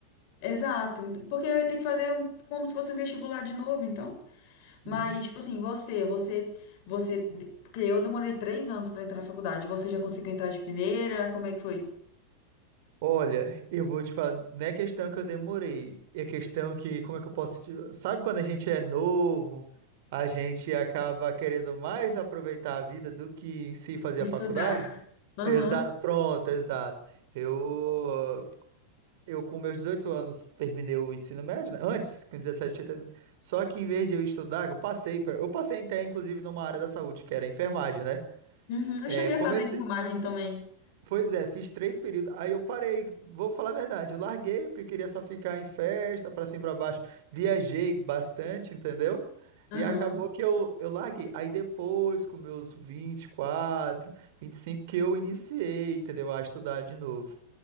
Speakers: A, on the left; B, on the right.
A: exato. Então, Porque eu ia ter que fazer um- como se fosse um vestibular de novo, então. Mas,
B: Uhum.
A: tipo assim, você, você, você. Porque eu demorei três anos para entrar na faculdade. Você já conseguiu entrar de primeira? Como é que foi?
B: Olha, eu vou te falar, não é questão que eu demorei, é questão que, como é que eu posso te... Sabe quando a gente é novo, a gente acaba querendo mais aproveitar a vida do que em si fazer
A: Estudar.
B: a faculdade?
A: Aham.
B: Exato, pronto, exato. Eu, eu com meus 18 anos terminei o ensino médio, né? Antes, com 17 eu terminei. Só que em vez de eu estudar, que eu passei, pra- eu passei até inclusive numa área da saúde, que era enfermagem, né?
A: Uhum. Eu
B: É,
A: cheguei
B: comecei,
A: a fazer enfermagem também.
B: Pois é, fiz três períodos. Aí eu parei, vou falar a verdade, eu larguei porque queria só ficar em festa, pra cima e pra baixo. Viajei bastante, entendeu?
A: Aham.
B: E acabou que eu, eu larguei. Aí depois, com meus vinte vinte e quatro vinte e cinco que eu iniciei, entendeu? A estudar de novo.